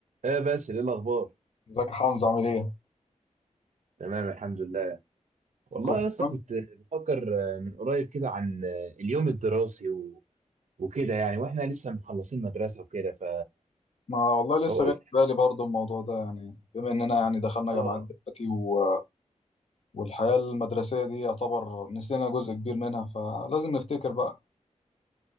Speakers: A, on the right; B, on the left.
A: ايه بس ايه الاخبار
B: ازيك يا حمزة عامل ايه؟
A: تمام الحمد لله والله
B: كله
A: يا اسطى
B: تمام؟
A: كنت بفكر آه، من قريب كده عن آه، اليوم الدراسي و... وكده يعني واحنا لسه مخلصين مدرسه وكده ف
B: ما والله
A: فقلت
B: لسه جاي في بالي برضه الموضوع ده يعني بما اننا يعني دخلنا
A: اه
B: جامعات دلوقتي و... والحياة المدرسية دي يعتبر نسينا جزء كبير منها فلازم نفتكر بقى